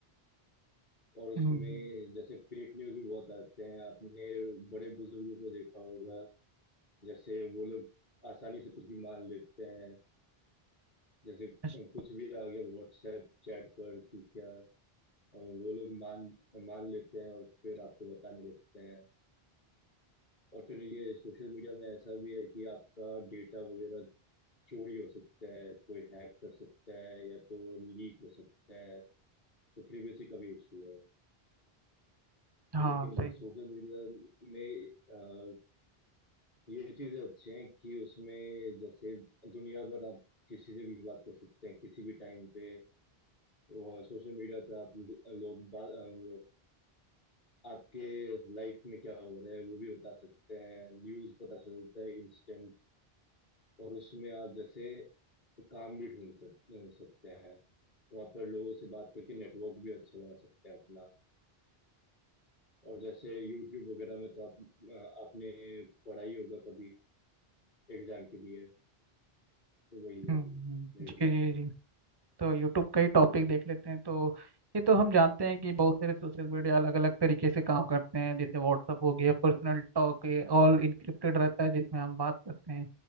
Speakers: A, on the left (about 50°); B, on the right (about 25°).
A: और उसमें
B: हम्म,
A: जैसे फेक न्यूज भी बहुत आते हैं आपने बड़े बुजुर्गों को देखा होगा जैसे वो लोग आसानी से कुछ भी मान लेते हैं जैसे अ,
B: अच्छा,
A: कुछ भी आ गया व्हाट्सएप चैट पर कि क्या अ, वो लोग मान मान लेते हैं और फिर आपको बताने लगते हैं और फिर ये सोशल मीडिया में ऐसा भी है कि आपका डेटा वगैरह चोरी हो सकता है कोई हैक कर सकता है या तो लीक हो सकता है तो प्रिवेसी का भी इशू है
B: हाँ
A: लेकिन
B: सही
A: वही
B: है।
A: सोशल मीडिया में ये चीजें अच्छी हैं कि उसमें जैसे दुनिया भर आप किसी से भी बात कर सकते हैं किसी भी टाइम पे और सोशल मीडिया पे आप लोग बात वो आपके लाइफ में क्या हो रहा है वो भी बता सकते हैं न्यूज पता चलता है इंस्टेंट और उसमें आप जैसे काम भी ढूंढ सक, अ, सकते हैं वहाँ पर लोगों से बात करके नेटवर्क भी अच्छा बना सकते हैं अपना और जैसे यूट्यूब वगैरह में तो आप अ, आपने पढ़ा ही होगा कभी एग्जाम के लिए तो वही है
B: हम्म
A: मेरे
B: हम्म, जी
A: हिसाब
B: जी
A: से तो।
B: जी तो यूट्यूब का ही टॉपिक देख लेते हैं तो ये तो हम जानते हैं कि बहुत सारे सोशल मीडिया अलग अलग तरीके से काम करते हैं जैसे व्हाट्सअप हो गया पर्सनल टॉक ये ऑल इनक्रिप्टेड रहता है जिसमें हम बात करते हैं